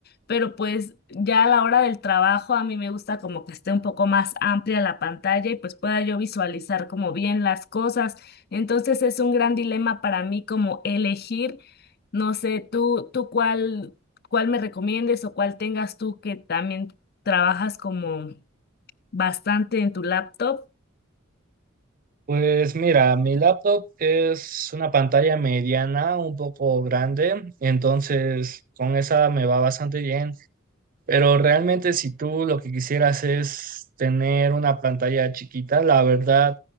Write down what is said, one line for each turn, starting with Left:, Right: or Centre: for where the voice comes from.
Left: pero pues ya a la hora del trabajo a mí me gusta como que esté un poco más amplia la pantalla y pues pueda yo visualizar como bien las cosas. Entonces es un gran dilema para mí como elegir, no sé, tú, tú cuál, cuál me recomiendes o cuál tengas tú que también trabajas como bastante en tu laptop.
Right: Pues mira, mi laptop es una pantalla mediana, un poco grande, entonces con esa me va bastante bien. Pero realmente si tú lo que quisieras es tener una pantalla chiquita, la verdad